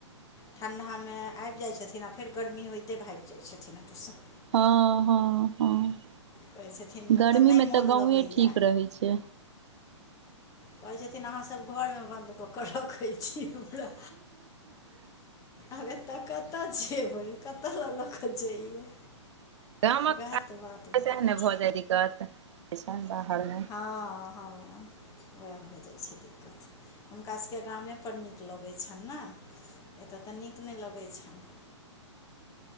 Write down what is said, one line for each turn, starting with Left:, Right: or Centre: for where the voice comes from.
Left: ठण्ढामे आबि जाइत छथिन आ फेर गर्मी होइते भागि जाइत छथिन ओतयसँ
Right: हँ हँ हँ
Left: कहै छथिन
Right: गर्मीमे
Left: एतऽ नहि मोन
Right: तऽ गाँवए
Left: लगैए
Right: ठीक रहै छै
Left: कहै छथिन अहाँसभ घरमे बन्द कऽ क रखै छी हमरा आब एतऽ कतऽ जबै कतय ल लऽ कऽ जइयै
Right: गामकसह
Left: उएह तऽ बात
Right: ने
Left: छै
Right: भऽ जाइ दिक्कत अइसन बाहरमे
Left: हँ हँ उएह भऽ जाइत छै दिक्कत हुनकास सभके गामेपर नीक लगै छनि ने एतय तऽ नीक नहि लगै छनि